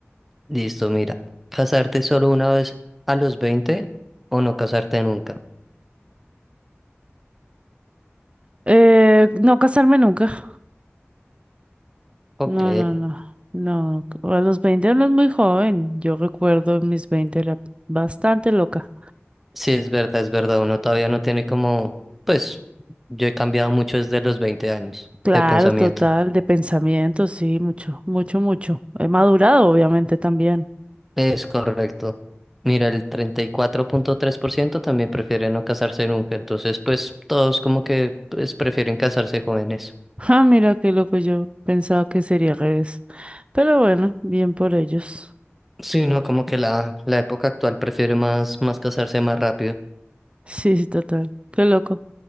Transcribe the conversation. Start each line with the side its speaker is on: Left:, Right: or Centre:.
Centre: Listo, mira. ¿Casarte solo una vez a los 20 o no casarte nunca?
Right: Eh, no casarme nunca.
Centre: Ok.
Right: No, no, no, no. A los 20 uno es muy joven. Yo recuerdo mis 20 era bastante loca.
Centre: Sí, es verdad, es verdad. Uno todavía no tiene como, pues yo he cambiado mucho desde los 20 años
Right: Claro,
Centre: de pensamiento.
Right: total, de pensamiento, sí, mucho, mucho, mucho. He madurado, obviamente, también. <laughs>
Centre: Es correcto. Mira, el treinta y cuatro punto tres por ciento también prefiere no casarse nunca, entonces pues todos como que pues, prefieren casarse jóvenes.
Right: Ah, mira qué loco, yo pensaba que sería al revés. Pero bueno, bien por ellos. <laughs>
Centre: Sí, no, como que la, la época actual prefiere más, más casarse más rápido.
Right: Sí, sí, total, qué loco.